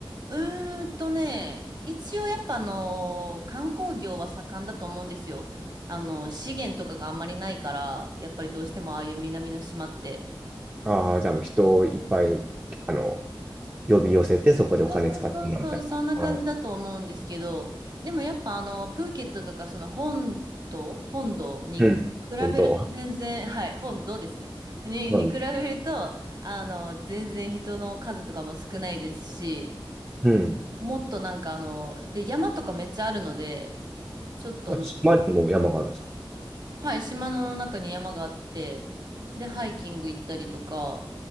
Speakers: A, on the right; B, on the right.
A: うーんとね、一応やっぱあの、観光業は盛んだと思うんですよ。あの、資源とかがあんまりないから、やっぱりどうしてもああいう南の島って。
B: ああー、じゃあもう人をいっぱいあの呼び寄せて、そこでお金使ってもらうみたいな。
A: そうそうそうそう、そんな感じだと思うんですけど、
B: はい。
A: でもやっぱあの、プーケットとかその本島、本土に比
B: うん。本当。
A: べると全然、はい、本土ですね。に、
B: うん。
A: に比べると、あの、全然人の数とかも少ないですし、
B: うん
A: もっとなんかあの、で、山とかめっちゃあるので、ちょっと、
B: あ島にも山があるんですか。
A: はい、島の中に山があって、で、ハイキング行ったりとか、